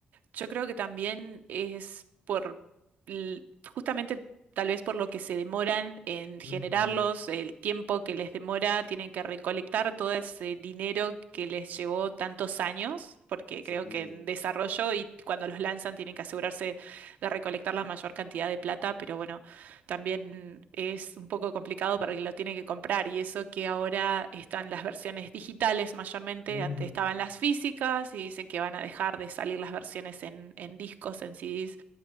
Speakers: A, on the right; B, on the left.
A: Yo creo que también es por, l- justamente tal vez por lo que se demoran en generarlos,
B: Ujú,
A: el tiempo que les demora, tienen que recolectar todo ese dinero que les llevó tantos años, porque
B: Sí.
A: creo que en desarrollo y cuando los lanzan tienen que asegurarse de recolectar la mayor cantidad de plata, pero bueno también es un poco complicado para el que lo tiene que comprar y eso que ahora están las versiones digitales mayormente,
B: Ujú,
A: antes estaban las físicas y dicen que van a dejar de salir las versiones en, en discos, en CDs